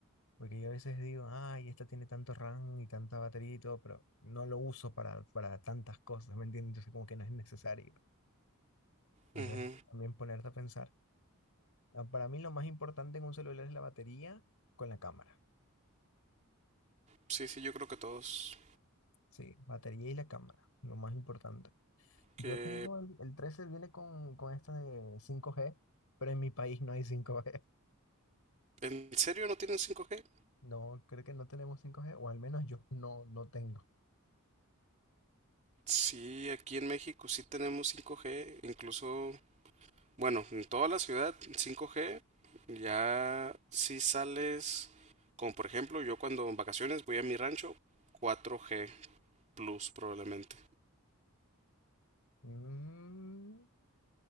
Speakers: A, on the left; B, on the right.
A: Porque yo a veces digo, ay, esta tiene tanto RAM y tanta batería y todo, pero no lo uso para, para tantas cosas, ¿me entiendes? Entonces como que no es necesario. Entonces
B: ujú.
A: también ponerte a pensar. Ah, Para mí lo más importante en un celular es la batería con la cámara.
B: Sí, sí, yo creo que todos.
A: Sí, batería y la cámara, lo más importante.
B: Que
A: Yo tengo el, el 13 viene con, con esta de cinco g pero en mi país no hay cinco g
B: en serio no tienen 5G.
A: <laughs> No, creo que no tenemos cinco g o al menos yo no, no tengo.
B: Sí, aquí en México sí tenemos 5G, incluso, bueno, en toda la ciudad 5G. Ya si sales, como por ejemplo, yo cuando en vacaciones voy a mi rancho, 4G Plus probablemente.
A: Mm,